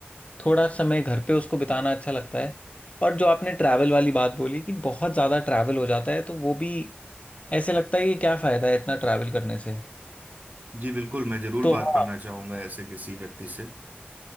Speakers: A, on the left; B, on the right.
A: थोड़ा समय घर पे उसको बिताना अच्छा लगता है और जो आपने ट्रैवल वाली बात बोली कि बहुत ज़्यादा ट्रैवल हो जाता है तो वो भी ऐसे लगता है कि क्या फ़ायदा है इतना ट्रैवल करने से
B: जी बिल्कुल मैं जरूर
A: तो
B: बात
A: हाँ
B: करना चाहूंगा ऐसे किसी व्यक्ति से